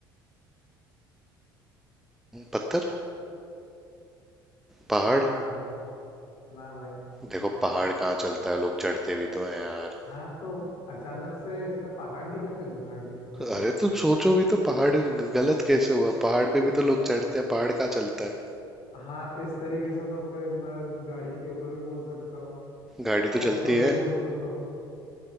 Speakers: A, in the centre; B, on the left.
A: पत्थर पहाड़
B: ना भाई ना भाई
A: देखो पहाड़ कहाँ चलता है लोग चढ़ते भी तो हैं यार
B: हाँ तो अचानक से इसमें पहाड़ किधर से घुसाड़ देंगे
A: अरे तुम सोचो भी तो पहाड़ गलत कैसे हुआ पहाड़ पे भी तो लोग चढ़ते हैं पहाड़ कहाँ चलता है
B: हाँ इस तरीके से तो फिर मैं गाड़ी के ऊपर भी बोल सकता हूँ
A: गाड़ी
B: टॉप
A: तो चलती
B: फ्लोर
A: है
B: भी बोल सकता हूँ